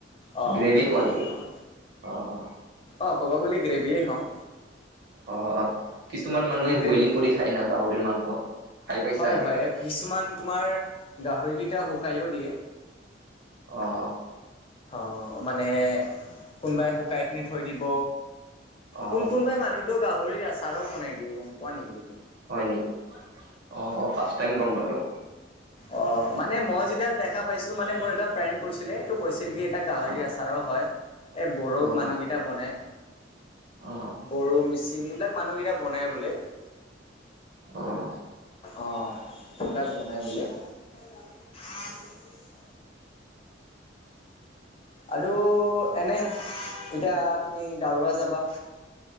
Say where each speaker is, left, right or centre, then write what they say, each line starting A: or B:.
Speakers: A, on the left (about 30°); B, on the right (about 60°).
A: অ'
B: গ্ৰেভি
A: বহুত
B: খোৱা
A: ভাল
B: নেকি?
A: লাগে অ'
B: অ' অ'।
A: অ' ক'ব গ'লে গ্ৰেভিয়ে খাওঁ।
B: অ' কিছুমান মানুহে
A: মোৰ গ্ৰেভি
B: ব্ৰইলিং কৰি খায় না গাহৰিৰ মাংস। খাই পাইছা
A: হয়
B: এনেকা
A: হয় কিছুমান তোমাৰ গাহৰিকেইটা শুকাইও দিয়ে।
B: অ' অ'।
A: অ' মানে কোনোবাই শুকাই পিনি থৈ দিব
B: অ
A: কোন কোনবাই মানুহতো গাহৰিৰ আচাৰো বনাই দিয়ে, গম পোৱা নেকি তুমি?
B: হয় নেকি, অ' অ' ফাৰ্ষ টাইম গম পালো।
A: অ' মানে মই যেতিয়া দেখা পাইছো মানে মোৰ এটা ফ্ৰেণ্ড কৈছিলে এইটো কৈছিল কি, এটা গাহৰি
B: অ
A: আছে আৰু‌ হয়। এই বড়ো
B: অ
A: মানুহ কেইটা বনাই।
B: অ
A: বড়ো, মিচি চিমি এবিলাক মানুহকেইটা বনাই বোলে।
B: ওম।
A: অ', সেবিলাক বনাই বোলে। <unintelligible> আৰু এনে এতিয়া তুমি দাৱৰা যাবা।